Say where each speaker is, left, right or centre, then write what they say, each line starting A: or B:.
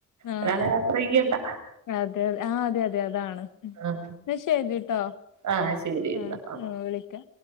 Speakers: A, on the left; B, on the right.
A: ആഹ്
B: ഒരാളെ ആശ്രയിക്കേണ്ട
A: അതെ അതെ അതെ അതാണ് ന്നാ
B: ആ
A: ശരിട്ടോ
B: ആഹ് ശരി എന്നാ
A: ആഹ്
B: ഓക്കെ
A: ആഹ് വിളിക്കാ